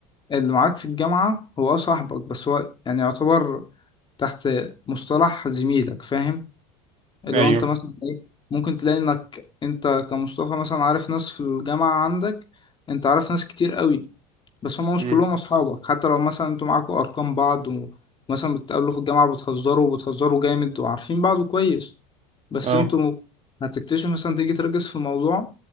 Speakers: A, on the left; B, on the right.
A: اللي معاك في الجامعة هو اه صاحبك بس هو يعني يعتبر تحت مصطلح زميلك فاهم اللي
B: ايوه
A: هو انت مثلا ايه ممكن تلاقي انك انت كمصطفى مثلا عارف ناس في الجامعة عندك انت عارف ناس كتير قوي بس هم مش
B: امم
A: كلهم اصحابك حتى لو مثلا انتوا معاكوا ارقام بعض ومثلا بتقابلوا في الجامعة بتهزروا وبتهزروا جامد وعارفين بعض كويس بس
B: اه
A: انتوا هتكتشف مثلا تيجي تركز في موضوع